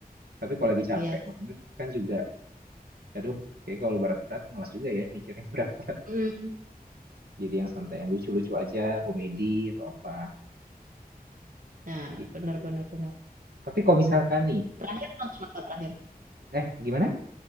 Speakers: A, on the right (about 75°); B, on the right (about 60°).
A: Tapi kalau lagi capek
B: Iya.
A: banget kan juga aduh Kayak kalau berat-berat malas juga ya mikir yang <laughs> berat-berat.
B: Mm.
A: Jadi yang santai, yang lucu-lucu aja, komedi atau apa
B: Nah,
A: gitu.
B: benar, benar, benar.
A: Tapi kalau misalkan nih,
B: Terakhir nonton apa terakhir?
A: eh gimana?